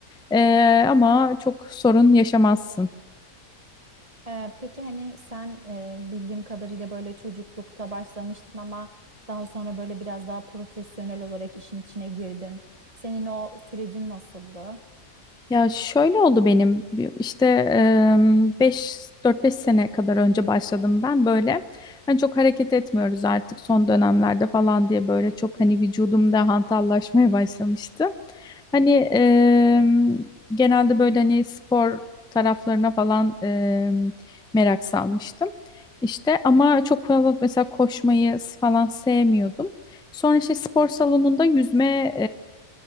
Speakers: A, in the centre; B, on the right.
A: Ee, ama çok sorun yaşamazsın.
B: Ee, peki hani sen e, bildiğim kadarıyla böyle çocuklukta başlamıştın ama daha sonra böyle biraz daha profesyonel olarak işin içine girdin. Senin o sürecin nasıldı?
A: Ya şöyle oldu benim bir- işte em, beş 4-5 sene kadar önce başladım ben böyle hani çok hareket etmiyoruz artık son dönemlerde falan diye böyle çok hani vücudumda hantallaşmaya <laughs> başlamıştı. Hani em, genelde böyle hani spor taraflarına falan em, merak salmıştım. İşte ama çok fazla mesela koşmayı falan sevmiyordum. Sonra işte spor salonunda yüzme